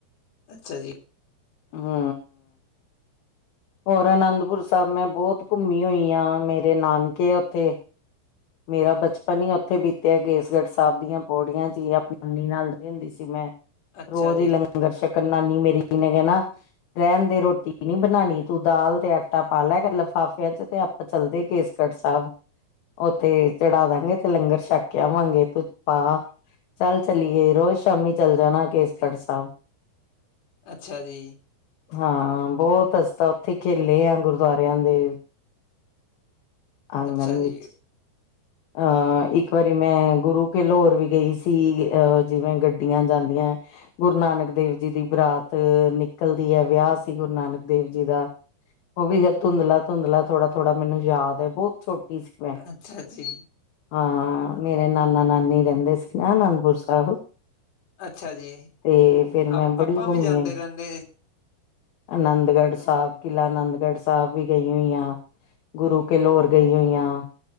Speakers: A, on the left; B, on the left.
A: ਅੱਛਾ ਜੀ।
B: ਹੂੰ। ਹੋਰ ਅਨੰਦਪੁਰ ਸਾਬ ਮੈਂ ਬੋਤ ਘੁੰਮੀ ਹੋਈ ਆਂ। ਮੇਰੇ ਨਾਨਕੇ ਆ ਓਥੇ। ਮੇਰਾ ਬਚਪਨ ਈ ਓਥੇ ਬੀਤਿਆ ਕੇਸਗੜ੍ਹ ਸਾਬ ਦੀਆਂ ਪੌੜੀਆਂ 'ਚ ਈ। ਆਪਨੀ <unintelligible> ਨਾਲ ਰ ਏਂਦੀ ਸੀ ਮੈਂ।
A: ਅੱਛਾ
B: ਰੋਜ
A: ਜੀ
B: ਈ ਲੰਗਰ ਸ਼ੱਕਨ ਨਾਨੀ ਮੇਰੀ ਨੇ ਕੈਨਾ ਰਹਿਣ ਦੇ ਰੋਟੀ ਨੀ ਬਣਾਣੀ ਤੂੰ ਦਾਲ਼ ਤੇ ਆਟਾ ਪਾ ਲਿਆ ਕਰ ਲਿਫਾਫਿਆਂ ਚ ਤੇ ਆਪ ਚੱਲਦੇ ਕੇਸਗੜ੍ਹ ਸਾਬ। ਉੱਥੇ ਚੜਾ ਦਾਂਗੇ ਤੇ ਲੰਗਰ ਛੱਕ ਆਵਾਂਗੇ ਤੂੰ ਪਾ। ਚੱਲ ਚਲੀਏ, ਰੋਜ਼ ਸ਼ਾਮੀ ਚੱਲ ਜਾਨਾ, ਕੇਸਗੜ੍ਹ ਸਾਬ।
A: ਅੱਛਾ ਜੀ।
B: ਹਾਂ, ਬਹੁਤ ਅਸੀ ਤਾ ਉੱਥੇ ਖੇਲੇ ਆ ਗੁਰਦੁਆਰਿਆਂ ਦੇ ਆਂਗਨ
A: ਅੱਛਾ
B: ਵਿੱਚ,
A: ਜੀ,
B: ਹਾਂ ਇੱਕ ਵਾਰੀ ਮੈਂ ਗੁਰੂ ਕੇ ਲਹੋਰ ਵੀ ਗਈ ਸੀ, ਅ ਜਿਵੇਂ ਗੱਡੀਆਂ ਜਾਂਦੀਆਂ ਐ। ਗੁਰੂ ਨਾਨਕ ਦੇਵ ਜੀ ਦੀ ਬਰਾਤ ਨਿਕਲਦੀ ਐ, ਵਿਆਹ ਸੀ ਗੁਰੂ ਨਾਨਕ ਦੇਵ ਜੀ ਦਾ ਉਹ ਵੀ ਜਦ ਧੂੰਦਲਾ- ਧੂੰਦਲਾ ਥੋੜਾਂ- ਥੋੜਾਂ ਮੈਂਨੂੰ ਯਾਦ ਆ, ਬਹੁਤ ਛੋਟੀ ਸੀ। ਮੈਂ
A: ਅੱਛਾ ਜੀ।
B: ਹਾਂ,
A: ਅਮ,
B: ਮੇਰੇ ਨਾਨਾ- ਨਾਨੀ ਰਹਿੰਦੇ ਸੀ ਨਾ ਅਨੰਦਪੁਰ ਸਾਬ।
A: ਅੱਛਾ ਜੀ,
B: ਤੇ ਫੇਰ ਮੈਂ
A: ਆਪ
B: ਬੜੀ
A: ਆਪਾਂ
B: ਘੁੰਮੀ।
A: ਵੀ ਜਾਂਦੇ ਰਹਿੰਦੇ,
B: ਆਨੰਦਗੜ੍ਹ ਸਾਬ, ਕਿਲ੍ਹਾ ਆਨੰਦਗੜ੍ਹ ਸਾਬ ਵੀ ਗਈ ਹੋਈ ਆ। ਗੁਰੂ ਕੇ ਲਹੋਰ ਗਈ ਹੋਈ ਆਂ,